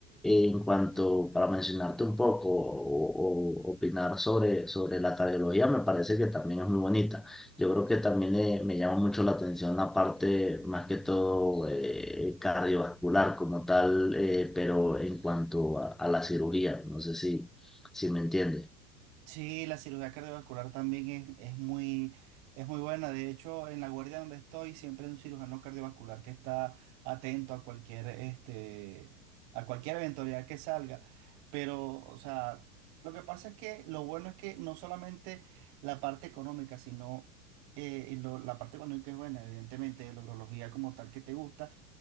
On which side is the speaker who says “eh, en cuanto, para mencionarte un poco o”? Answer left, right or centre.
Centre